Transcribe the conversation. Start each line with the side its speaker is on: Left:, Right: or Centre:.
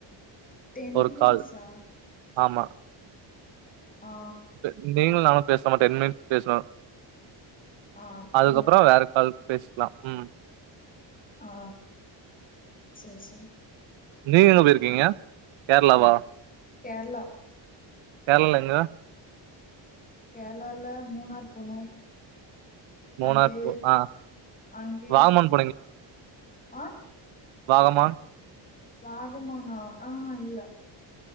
Left: டென்
Right: ஒரு
Left: மினிட்ஸா
Right: கால் ஆமா
Left: ஆ
Right: இப்ப நீங்களும் நானும் பேசம டென் மினிட்ஸ் பேசணும்
Left: ஆ அப்டியா
Right: அதுக்கப்புறம் வேறக்கால் பேசலாம் ம்
Left: ஆ சேரி சே
Right: நீங்க எங்க போயிருக்கீங்க கேரளாவா
Left: கேரளா
Right: கேரளால எங்க
Left: கேரளால மூணார் போனும்
Right: மூணார்
Left: அங்கே
Right: போ ஆ
Left: அங்கே
Right: வாகமான்
Left: ஆ
Right: வாகமா
Left: வாகமானா ஆ இல்ல